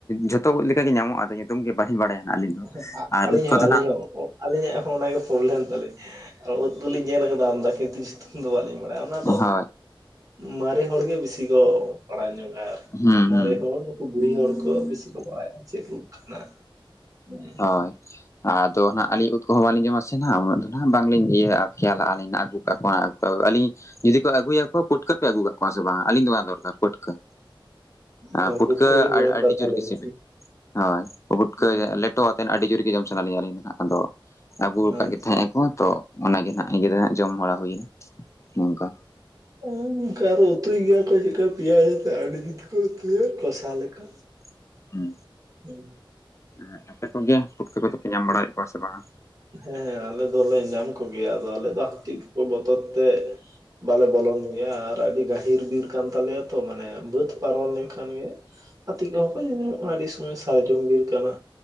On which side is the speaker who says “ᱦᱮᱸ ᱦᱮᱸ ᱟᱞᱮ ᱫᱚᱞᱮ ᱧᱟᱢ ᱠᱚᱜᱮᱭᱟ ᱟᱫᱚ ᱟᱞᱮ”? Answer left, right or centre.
Right